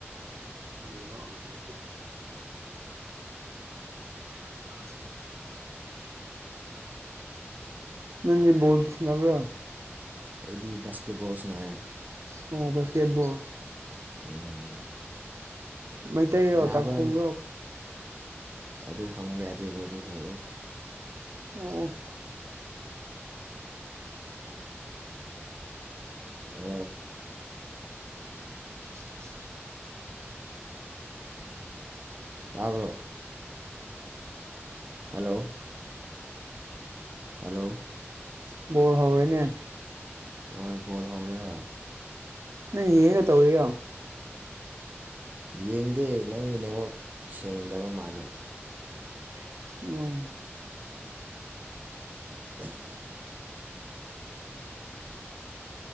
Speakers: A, on the right (about 85°); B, on the right (about 40°).
A: ꯕꯤꯍꯥ ꯑꯃ <unintelligible> ꯅꯪꯗꯤ ꯕꯣꯜ ꯁꯅꯕꯔꯣ
B: ꯑꯩꯗꯤ ꯕꯁꯀꯦꯠ ꯕꯣꯜ ꯁꯥꯅꯩ
A: <unintelligible>
B: <unintelligible>
A: ꯃꯩꯇꯩꯔꯣ
B: ꯁꯥꯟꯅꯕ
A: ꯇꯥꯡꯈꯨꯜꯔꯣ <unintelligible>
B: ꯑꯗꯨ <unintelligible>
A: ꯑꯣ
B: ꯑ
A: ꯆꯁꯀꯤ ꯕꯁ
B: ꯇꯥꯕ꯭ꯔꯣ ꯍꯜꯂꯣ ꯍꯜꯂꯣ
A: <inaudible> ꯕꯣꯜ ꯍꯧꯔꯦꯅꯦ
B: ꯍꯣꯏ ꯕꯣꯜ ꯍꯧꯔꯦ ꯍꯣꯏ
A: ꯅꯪ ꯌꯦꯡꯒ ꯇꯧꯔꯣ
B: ꯌꯦꯡꯗꯦ ꯅꯪꯒꯤ ꯅꯦꯋꯥꯛ ꯁꯦꯡꯗꯕ ꯃꯥꯜꯂꯦꯗ
A: ꯑ
B: <inaudible>